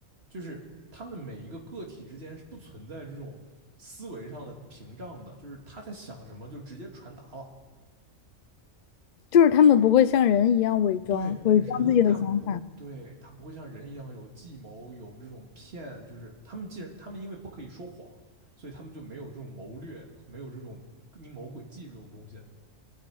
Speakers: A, on the right; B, on the left.
A: 就是他们每一个个体之间是不存在这种思维上的屏障的，就是他在想什么就直接传达了。
B: 就是他们不会像人一样伪装，
A: 对人，
B: 伪装自己的想法，
A: 他不对，他不会像人一样有计谋，有这种骗，就是他们既然他们因为不可以说谎，所以他们就没有这种谋略，没有这种阴谋诡计这种东西，